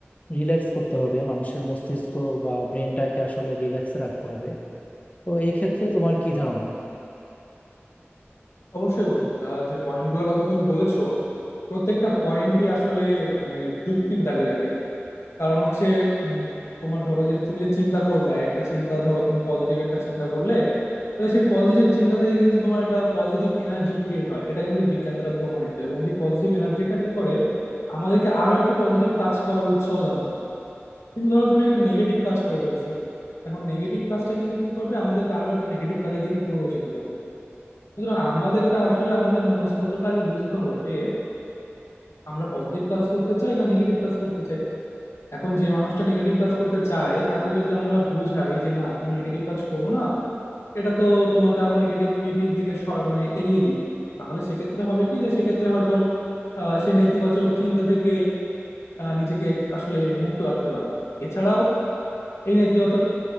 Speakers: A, on the left (about 35°); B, on the left (about 85°).
A: রিল্যাক্স করতে হবে মানুষের মস্তিষ্ক বা ব্রেনটাকে আসলে রিল্যাক্সে রাখতে হবে তো এই ক্ষেত্রে তোমার কি ধারণা
B: অবশ্যই বন্ধু আহ, যে পয়েন্ট গুলোর কথা তুমি বলেছো প্রত্যেকটা পয়েন্টই আসলে মানে যুক্তির দাবি রাখে কারণ হচ্ছে উম, তোমার ধরো যে তুমি যে চিন্তা করবা একটা চিন্তা ধরো তুমি পজিটিভ একটা চিন্তা করলে তাহলে সেই পজিটিভ চিন্তা থেকে কিন্তু তোমার একটা পজিটিভ এনার্জি ক্রিয়েট হয় এটা কিন্তু বিজ্ঞান দ্বারা প্রমাণিত এবং যে পজিটিভ এনার্জিটা কি করে আমাদেরকে আরো একটা পজিটিভ কাজ করার উৎসাহ দান করে কিন্তু ধরো তুমি একটা নেগেটিভ কাজ করে ফেলছো এখন নেগেটিভ কাজটা কিন্তু কি করবে আমাদেরকে আরো একটা নেগেটিভ কাজের দিকে প্ররোচিত করবে সুতরাং আমাদেরকে আসলে আমাদের মনস্তত্ত্বটা আগে বুঝতে হবে যে আমরা পজিটিভ কাজ করতে চাই না নেগেটিভ কাজ করতে চাই এখন যে মানুষটা নেগেটিভ কাজ করতে চায় তাকে যদি আমরা বুঝাই যে না তুমি নেগেটিভ কাজ করো না এটা তো তোমাকে আরো নেগেটিভিটির দিকে স- মানে এগিয়ে দিবে তাহলে সেক্ষেত্রে হবে কি যে সেক্ষেত্রে হয়তো আহ, সে নেতিবাচক চিন্তা থেকে আহ, নিজেকে আসলে মুক্ত রাখতে পারবে এছাড়াও এই নেতিবাচক